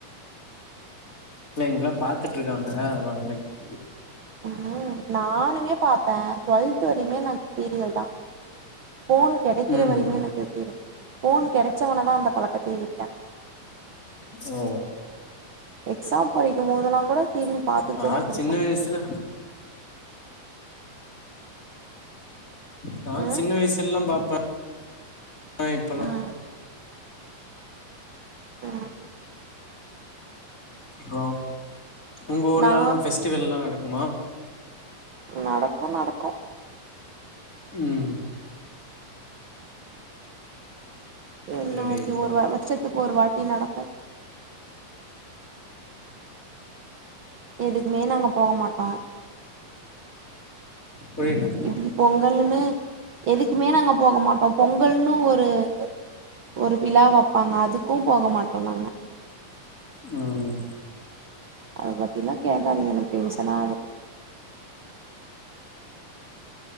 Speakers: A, on the left; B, on the right.
A: இல்ல இங்களாம் பாத்துட்டு இருக்காங்க அதனாலதான் கேட்ட
B: ஆ நானுமே பார்ப்பே டுவெல்த் த்து வரையுமே சீரியல் தான் போன் கிடைக்கிற
A: ம்
B: வரையுமே எனக்கு சீரியல் ஃபோன் கிடைச்சவனே தான் அந்த பழக்கத்தையே விட்ட
A: ஓ
B: எக்ஸாம் படிக்கும்போதெல்லாம் கூட சீரியல் பாத்துக்கிட்டே
A: நா
B: தா படிப்பே
A: சின்ன வயசுல நா
B: ம்
A: சின்ன வயசுலல்லாம் பார்ப்பேன் ஆனா இப்பல்லா
B: ம் ஆ
A: ப்ரோ உங்க ஊர்ல
B: நா
A: எல்லாம் பெஸ்டிவல்லாம் நடக்குமா
B: நடக்கும் நடக்கும்
A: ம்
B: என்
A: சரி
B: நாக்கு ஒரு வ வருஷத்துக்கு ஒரு வாட்டி நடக்கும் எதுக்குமே நாங்க போக மாட்டோம்
A: புரில
B: இ பொங்கலுனு எதுக்குமே நாங்க போக மாட்டோம் பொங்கல்னு ஒரு அ ஒரு விழா வைப்பாங்க அதுக்கும் போக மாட்டோம் நாங்க
A: ம் ம்
B: அதை பத்திலாம் கேட்காதிங்க எனக்கு டென்ஷன் ஆகுது